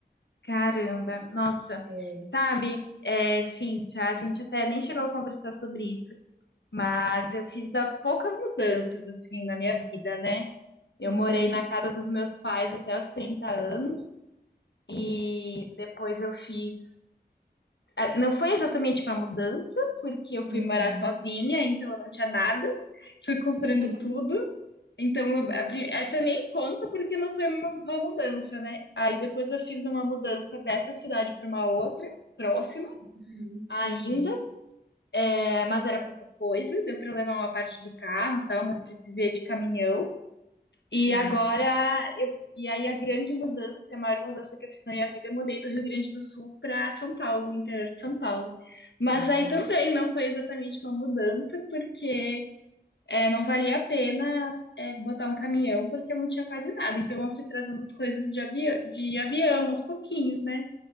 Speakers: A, on the left (about 90°); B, on the right (about 60°).
A: Caramba, nossa.
B: É.
A: Sabe, é, Cíntia, a gente até nem chegou a conversar sobre isso, mas eu fiz há poucas mudanças, assim, na minha vida, né? Eu
B: Uhum.
A: morei na casa dos meus pais até os 30 anos. E depois eu fiz Ah, Não foi exatamente uma mudança, porque eu fui
B: Uhum.
A: morar sozinha, então eu não tinha nada. Fui comprando
B: Sim,
A: tudo. Então,
B: <laughs> sim.
A: a pri- essa nem conta porque não foi uma, uma mudança, né? Aí depois eu fiz uma mudança dessa cidade para uma outra, próxima
B: Uhum.
A: ainda,
B: Uhum.
A: é, mas era pouca coisa. Deu para levar uma parte de carro, e tal, mas precisei de caminhão. E
B: Sim.
A: agora, eu, e aí a grande mudança, a maior mudança que eu fiz na minha vida, eu mudei do Rio Grande do Sul para São Paulo, interior de São Paulo. Mas
B: Ah.
A: aí também não foi exatamente uma mudança, porque é, não valia a pena é, botar um caminhão, porque eu não tinha quase nada. Então eu fui trazendo as coisas de, avi de avião, aos pouquinhos, né?